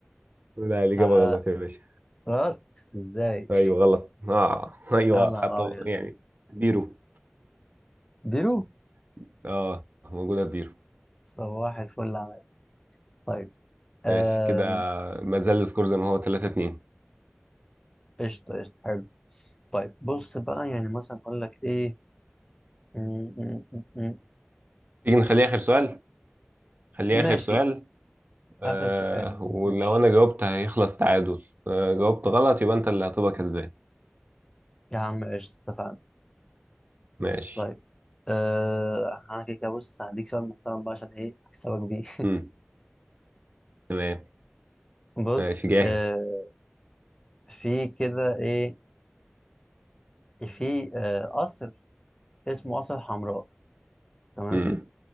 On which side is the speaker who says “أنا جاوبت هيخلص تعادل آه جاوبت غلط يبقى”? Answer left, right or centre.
Right